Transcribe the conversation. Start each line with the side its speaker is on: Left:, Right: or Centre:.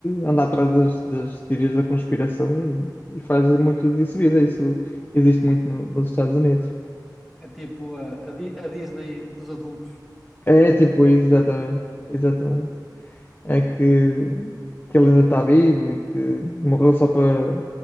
Left: anda atrás das, das teorias da conspiração e, e faz muito disso vida, isso existe muito no- nos Estados Unidos.
Centre: É tipo a, a Di- a Disney dos adultos.
Left: É, tipo, exatamente, exatamente. é que, que ele ainda está vivo e que morreu só para,